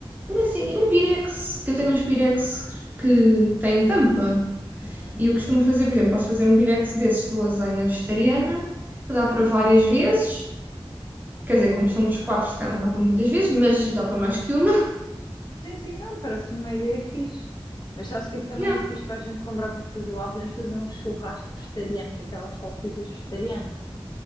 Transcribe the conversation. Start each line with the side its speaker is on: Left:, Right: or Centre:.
Right: uma cena, um pirex, que eu tenho uns pirex que têm tampa.
Left: Uhum.
Right: E eu costumo fazer, por exemplo, posso fazer um pirex desses de lasanha vegetariana, que dá
Left: Olha.
Right: para várias vezes. Quer dizer, como somos quatro, se calhar não dá para muitas vezes, mas dá para mais que uma.
Left: Sim, sim, não, parece-me uma ideia fixe. Mas sabes o que é que também
Right: Yeah.
Left: é fixe para a gente comprar para fazer lá? Podemos fazer um churrasco vegetariano, com aquelas salsichas vegetarianas.